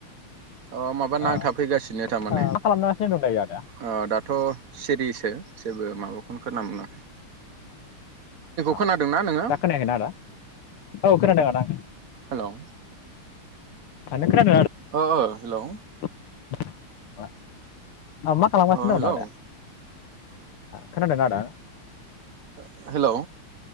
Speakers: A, on the right; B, on the left.
A: अ माबा
B: औ
A: नांथाफैगासिनो थारमाने।
B: ओ, मा खालामगासिनो दं दायो आदाया
A: ओ दाथ' सिरियैसो जेबो माबाखौनो खोनानो मोना।
B: आ
A: खोनादोंना नोङो
B: दा खोनायाखैना आदा? औ खोनादों आदा।
A: हेल' ओ
B: खोनादोंना?
A: ओ ओ हेलौ
B: <unintelligible> औ मा खालामगासिनो
A: अ हेल'
B: दं दा आदाया
A: औ
B: खोनादों आदा?
A: ओ हेलौ